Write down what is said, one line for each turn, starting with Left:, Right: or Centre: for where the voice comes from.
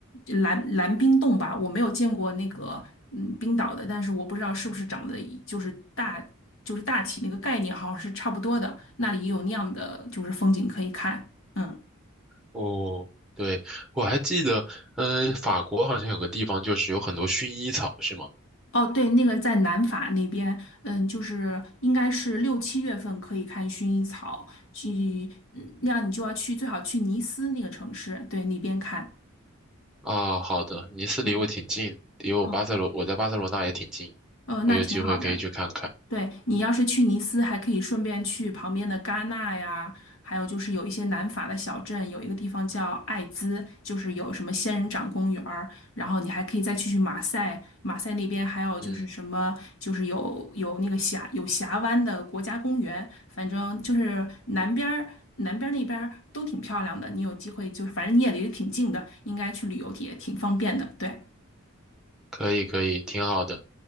Left: 蓝蓝冰洞吧。我没有见过那个嗯冰岛的，但是我不知道是不是长得一就是大就是大体那个概念好像是差不多的。那里也有那样的就是风景可以看，嗯。
Centre: 哦，对，我还记得，嗯，法国好像有个地方就是有很多薰衣草，是吗？
Left: 哦，对，那个在南法那边，嗯，就是应该是六七月份可以看薰衣草，去，嗯，那样你就要去，最好去尼斯那个城市，对，那边看。
Centre: 啊，好的，尼斯离我挺近，
Left: 对，
Centre: 离我巴塞罗，
Left: 哦，
Centre: 我在巴塞罗那也挺近，
Left: 呃，那挺好的。
Centre: 我有机会可以去看看。
Left: 对，你要是去尼斯，还可以顺便去旁边的戛纳呀，还有就是有一些南法的小镇，有一个地方叫艾兹，就是有什么仙人掌公园儿然后你还可以再去去马赛，马赛那边还有就是什么，
Centre: 嗯，
Left: 就是有有那个峡有峡湾的国家公园，反正就是南边儿南边儿那边儿都挺漂亮的，你有机会就是反正你也离得挺近的，应该去旅游也挺方便的。对，
Centre: 可以可以，挺好的，